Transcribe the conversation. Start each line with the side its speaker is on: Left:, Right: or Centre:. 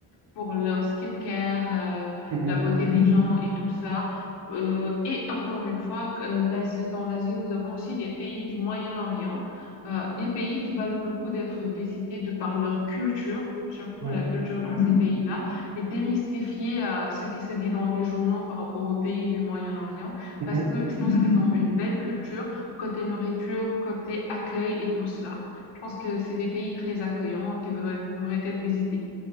Left: pour leur skincare, euh,
Right: mm,
Left: la beauté des gens et tout ça. Euh, et encore une fois, euh, l'Asie, dans l'Asie, nous avons aussi les pays du Moyen-Orient, euh, des pays qui valent le coup d'être visités de par leur culture, surtout
Right: mm, ouais.
Left: la culture dans ces pays-là, et démystifier euh, ce qui se dit dans les journaux par rapport aux pays du Moyen-Orient,
Right: mm,
Left: parce
Right: mm.
Left: que je pense qu'ils ont une belle culture côté nourriture, côté accueil et tout cela. Je pense que c'est des pays très accueillants qui voudraient, pourraient être visités.